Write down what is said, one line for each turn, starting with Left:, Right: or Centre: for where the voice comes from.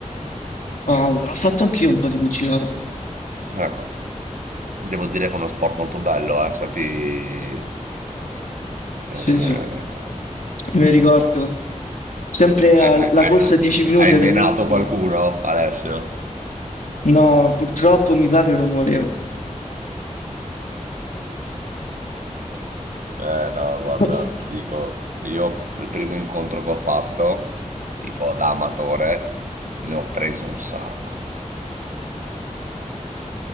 Left: Ah, l'ho fatto anch'io un po' di pugilato.
Right: Ecco, devo dire che è uno sport molto bello, eh, se ti... eh,
Left: Sì,
Right: eh,
Left: sì, me ricordo. Sempre
Right: eh,
Left: alla
Right: eh, eh,
Left: corsa a 10 minuti
Right: hai
Left: all'inizio.
Right: menato qualcuno, Alessio?
Left: No, purtroppo mio padre non voleva.
Right: Eh no, guarda,
Left: <laughs>
Right: ti dico, io il primo incontro che ho fatto, tipo da amatore, ne ho preso un sacco,